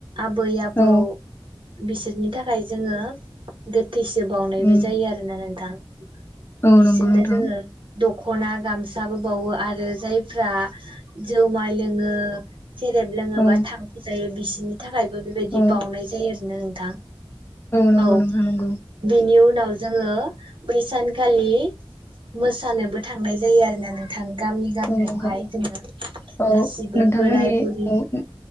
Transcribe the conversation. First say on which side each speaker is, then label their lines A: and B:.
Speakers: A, on the right; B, on the left.
A: आबै- आबौ।
B: औ
A: बिसोरनि थाखाय जोङो गोथै थैसो बावनायबो
B: उम
A: जायो आरोना नोंथां।
B: औ
A: बिसोरनो
B: नंगौ नोंथां
A: जोङो दखना खना गामसाबो बावो आरो जायफ्रा जुमाय लोङो। सेरेब लोङोबा
B: औ
A: थांखु जायो बि बिसोर नि थाखायबो बेबायदि
B: औ
A: बावनाय जायो आरो। बिदिनो नोंथां।
B: नंगौ
A: औ
B: नोंथां नंगौ
A: बिनि उनाव जोङो बैसानखालि मोसानोबो था थांनाय जायो आरोना नोंथां। गामि गामियावहाय
B: औ नंगौ
A: जोङो
B: औ
A: गासिबो
B: नोंथांमोननि
A: बोराय बुरि
B: औ